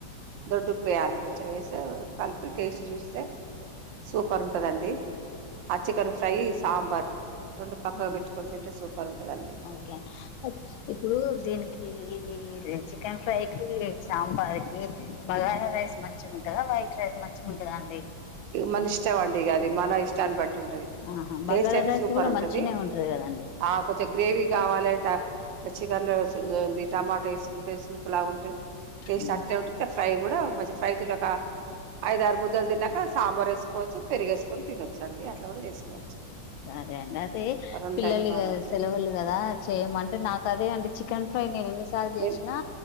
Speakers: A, on the right; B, on the left.
A: దొడ్డు ఉప్పు ఏయాలి కొంచెం వేస కలిపి టేస్ట్ చూస్తే సూపర్ ఉంటదండి అచ్చికన్ ఫ్రై సాంబార్ రెండు పక్కకు
B: ఆ ఓకేం
A: పెట్టుకొని తింటే సూపర్ ఉంటుందండి
B: అండి ఒకే అ ఇప్పుడు దీనికి ఈ చికెన్ ఫ్రై కి సాంబార్ కి బగారా రైస్ మంచిగా ఉంటుందా వైట్ రైస్ మంచిగ ఉంటద అండి
A: మన ఇష్టమ్ అండి ఇగ అది మన ఇష్ట అన్ బట్ టది
B: ఆహా
A: టేస్ట్
B: బగారా
A: అయితే
B: రైస్
A: సూపర్
B: కూడా
A: ఉంటది
B: మంచినే కదండి
A: ఆ కొంచెం గ్రేవీ కావాలిట చికెన్ లో చ ఉంది టమాటా వేసుకుంటే సూప్ లాగుంటే టేస్ట్
B: ఉమ్
A: అట్టే ఉంట ఫ్రై కూడా మంచిగా ఫ్రై తోట ఒక ఐదు ఆరు ముద్దలు తిన్నాక సాంబార్ వేసుకోవచ్చు పెరుగు వేసుకొని తినొచ్చు అండి అట్లా కూడా చేసుకోవచ్చు
B: సరే అండి అదే
A: రెండైనా
B: పిల్లలు
A: బాగానే ఉంది
B: సెలవులు కదా చేయమంటే నాకు అదే అండి చికెన్ ఫ్రై నేను ఎన్నిసార్లు చేసినా
A: నేను